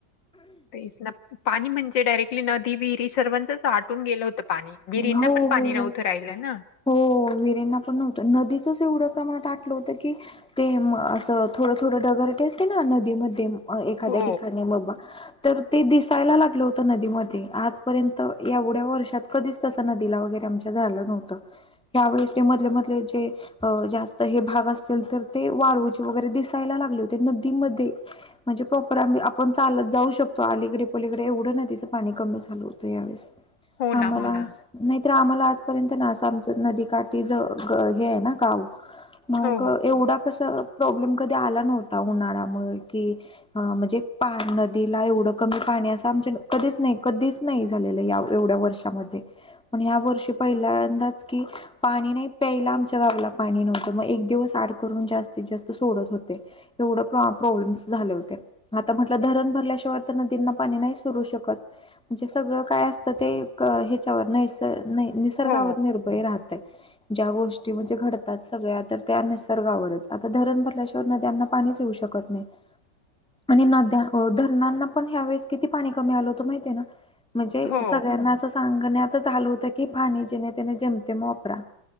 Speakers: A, on the left; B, in the centre.
A: तेच ना पाणी म्हणजे, डायरेक्टली नदी विहिरी सर्वांचंच. आटून गेलं होत पाणी.
B: हो
A: विहिरींना पण पाणी
B: हो
A: नव्हतं
B: हो
A: राहिलं ना.
B: हो विहिरींना पण नव्हतं. नदीचंच एवढ्या प्रमाणात आटलंवतं की ते असं थोडं थोडं डगरटे असते ना नदीमध्ये अ एखाद्या
A: हो
B: ठिकाणी बघा तर ते दिसायला लागलं होतं नदीमध्ये आजपर्यंत एवढ्या वर्षात कधीच तसं नदीला वगैरे आमच्या झालं नव्हतं. यावेेळेस ते मधले-मधले जे अ जास्त हे भाग असतील तर ते वाळूवूचे वगैरे दिसायला लागले होते नदीमध्ये. म्हणजे प्रॉपर आ आपण चालत जाऊ शकतो. अलीकडे पलीकडे एवढं, ना तिचं पाणी कमी झालं होतं यावेेळेस.
A: हो
B: आम्हाला
A: ना हो ना
B: नाही तरआम्हाला आजपर्यंत नास आमचं नदीकाठी ज हे आहे ना गाव, मग
A: हो हो
B: एवढा कसं. प्रॉब्लेम कधी आला नव्हता उन्हाळ्यामुळे की हं म्हणजे पा नदीला एवढं कमी पाणी असं, आमच्या कधीच नाही कधीच. नाही झालेला या एवढ्या वर्षामध्ये पण या वर्षी पहिल्यांदाच की पाणी नाही प्यायला आमच्या गावाला पाणी नव्हतं. मग एक दिवस आड करून जास्तीत जास्त सोडत होते. तेवढ प्रॉब्लेम्स झाले होते. आता म्हटलं धरण भरल्याशिवाय तर नदींना पाणी नाही सुरू शकत. म्हणजे सगळं काय असतं ते क ह्याच्यावर नैस नै निसर्गावर
A: हो
B: निर ते राहते ज्या गोष्टी म्हणजे घडतात सगळ्या तर त्या निसर्गावरच आता धरण भरल्याशि त्या नद्यांना पाणीच येऊ शकत नाही. आणि नद्या धरणांना पण ह्या, वेळेस किती पाणी कमी आलं होत माहिती आहे ना. म्हणजे
A: हो
B: सगळ्यांना असं सांगणे आता झालू होतं की पाणी जेणे त्याने जम ते मोपरा